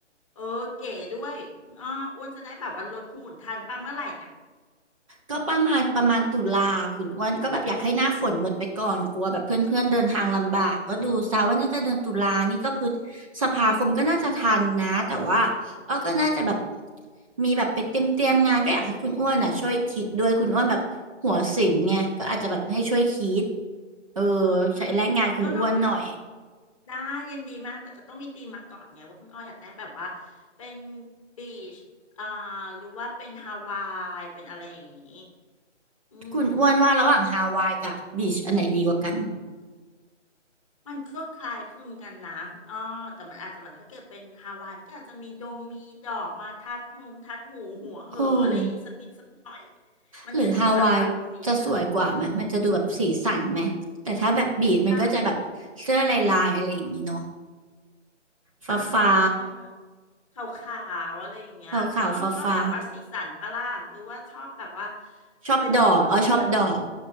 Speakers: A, on the left (about 25°); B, on the right (about 25°).
A: เออเก๋ด้วยอ้ออ้วนจะได้แบบว่าลดหุ่นทันป่ะเมื่อไหร่เนี่ย
B: ก็ประมาณประมาณตุลาคุณอ้วนก็แบบอยากให้หน้าฝนหมดไปก่อนกลัวแบบเพื่อนๆเดินทางลำบากก็ดูซะว่าน่าจะเดือนตุลา นี่ก็พฤษภาคมก็น่าจะทันนะแต่ว่าเออก็น่าจะแบบมีแบบไปเตรียมเตรียมงานก็อยากให้คุณอ้วนอ่ะช่วยคิดด้วยคุณอ้วนแบบหัวศิลป์ไงก็อาจจะแบบให้ช่วยคิดเออ
A: อ่า
B: ใช้แรงงานคุณอ้วนหน่อย
A: ก็ต้องได้ยินดีมากแต่ก็ต้องมีธีมมาก่อนไงว่าคุณอ้ออยากได้แบบว่าเป็นบีชอ่าหรือว่าเป็นฮาวายเป็นอะไรอย่างนี้อืม
B: คุณอ้วนว่าระหว่างฮาวายกับบีชอันไหนดีกว่ากัน
A: มันก็คล้ายคลึงกันนะคุณอ้อแต่มันอาจจะแบบถ้าเกิดเป็นฮาวายมันก็อาจจะมีดงมีดอกมาทัดหงทัดหูหัวเหออะไรอย่างนี้สักนิดสักหน่อย
B: โอ้
A: มันก็ดูแบบว่าสีสัน
B: หรือฮาวายจะสวยกว่าไหมมันจะดูแบบสีสันไหมแต่ถ้าแบบบีดมันก็จะแบบเสื้อลายลายอะไรอย่างนี้เนาะ
A: ใช่
B: ฟ้าฟ้า
A: อ่าขาวๆอะไรอย่างเงี้ยคุณอ้อชอบแบบว่าสีสันปะล่ะหรือว่าชอบแบบว่า
B: ขาขาวฟ้าฟ้าๆชอบดอกอ้อชอบดอก
A: เป็นโทนเดียวกันหมด